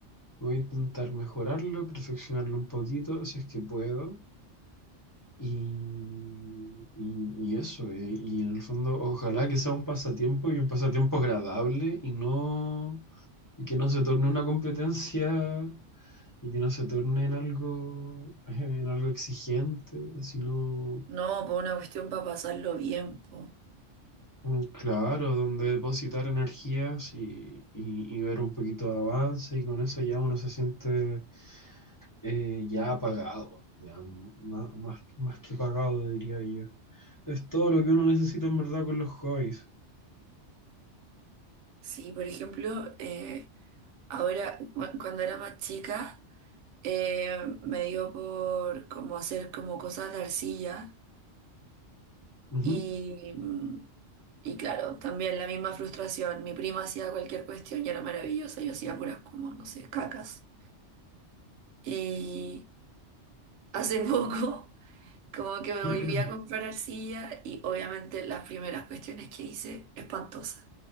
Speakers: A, on the left; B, on the right.
A: voy a intentar mejorarlo, perfeccionarlo un poquito, si es que puedo. Y, y, y eso, y, y en el fondo, ojalá que sea un pasatiempo y un pasatiempo agradable y no, y que no se torne una competencia y que no se torne en algo, <laughs> en algo exigente, sino
B: No, por una cuestión para pasarlo bien, po.
A: Mm, Claro, donde depositar energías y, y- y ver un poquito de avance y con eso ya uno se siente eh, ya apagado, ya más, más, más que pagado diría yo. Es todo lo que uno necesita en verdad con los hobbies.
B: Sí, por ejemplo, eh, ahora cu- cuando era más chica eh, me dio por como hacer como cosas de arcilla
A: Ujú.
B: y, mm, y claro, también la misma frustración. Mi prima hacía cualquier cuestión y era maravillosa, yo hacía puras como, no sé, cacas. Y hace <laughs> poco... Como que me
A: <clears throat>
B: volví a comprar arcilla y obviamente las primeras cuestiones que hice, espantosas,